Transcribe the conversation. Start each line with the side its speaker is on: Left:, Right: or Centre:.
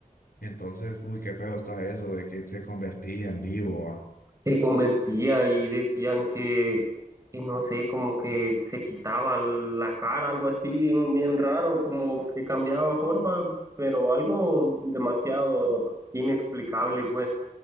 Left: Entonces, uy, qué feo está eso de que se convertía en vivo, ah.
Right: Se convertía y decían que, que no sé, como que se quitaba la cara, algo así bien, bien raro, como que cambiaba forma, pero algo demasiado inexplicable, pues,